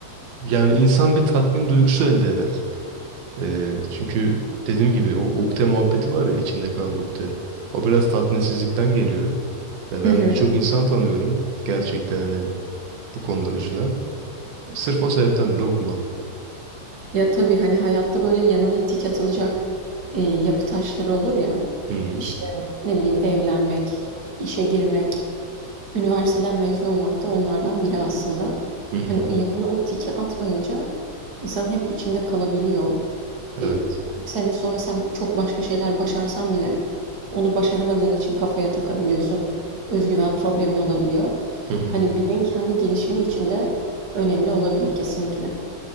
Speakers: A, on the right; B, on the right.
A: yani insan bir tatmin duygusu elde eder. E, çünkü dediğim gibi o ukde muhabbeti var ya içinde kalan ukde. O biraz tatminsizlikten geliyor. Ve
B: Hı
A: ben
B: hı.
A: birçok insan tanıyorum. Gerçekten hani bu konuda üzülen sırf o sebepten bile okumalı.
B: Ya tabii hani hayatta böyle yanına tik atılacak e, yapı taşları olur ya.
A: Hı hı,
B: İşte ne bileyim evlenmek, işe girmek, üniversiteden mezun olmak da onlardan biri aslında.
A: hı hı,
B: Hani o yanına o tiki atmayınca insan hep içinde kalabiliyor.
A: evet.
B: E, bir sene sonra sen çok başka şeyler başarsan bile onu başaramadığın için kafaya takabiliyorsun. Özgüven problemin olabiliyor.
A: Hı hı.
B: Hani bireyin kendi gelişimi için de önemli olabilir kesinlikle.